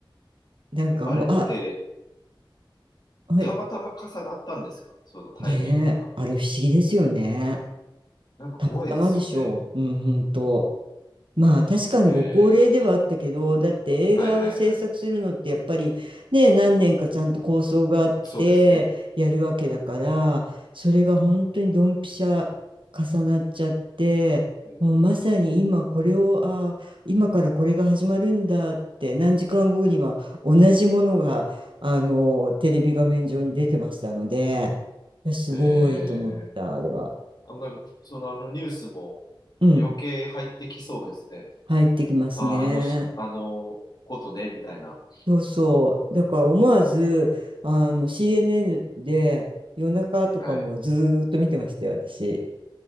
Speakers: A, on the right; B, on the left.
A: なんかもう、
B: あれって、
A: あ、はい、
B: たまたま重なったんですかそのタイミングが。
A: ねえ、あれ不思議ですよね。
B: なんか怖いですよね。
A: たまたまでしょう。うん、本当。まあ確かにご高齢ではあったけど、
B: えー、
A: だって映画を制作するのってやっぱりね、
B: はいはいはい。
A: 何年かちゃんと構想があってやるわけだから、
B: そうですね。
A: それが本当にドンピシャ重なっちゃって、
B: え
A: もうまさに今これを、あ、今からこれが始まるんだって何時間後には同じものが、あの、テレビ画面上に出てましたので、いやすごいと思った、
B: ー、え
A: あれは。
B: ー、あ、なんか、そのあのニュースも
A: うん、
B: 余計入ってきそうですね。
A: 入ってきますね。
B: あ、あのし、あのことね、みたいな。
A: そうそう。だから思わず、あの、CNN で夜中とかもずーっと見てましたよ、
B: はい。
A: 私。